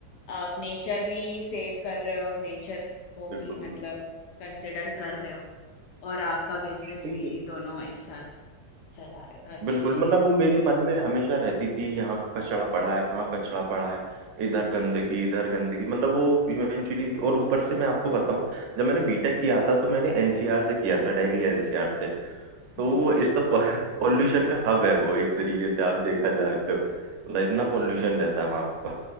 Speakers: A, on the left (about 70°); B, on the right (about 75°).
A: आप नेचर भी सेव कर रहे हो नेचर को
B: बिल्कुल
A: भी मतलब
B: बिल्कुल
A: कंसिडर कर रहे हो और आपका बिजनेस
B: बिल्कुल
A: भी दोनों एक साथ चला रहे हो तो अच्छी
B: बिल्कुल
A: चीज
B: मतलब
A: है
B: वो मेरे मन में हमेशा रहती थी यहाँ कचड़ा पड़ा है वहाँ कचड़ा पड़ा है इधर गंदगी इधर गंदगी मतलब वो इवेंचुअली और ऊपर से मैं आपको बताऊं जब मैंने बीटेक किया था तो मैंने एनसीआर से किया था दिल्ली एनसीआर से तो
A: हम्म, हम्म।
B: वो इट्स द पॉल्यूशन का हब है वो एक तरीके से आप देखा जाए तो मतलब इतना पॉल्यूशन रहता है वहां पर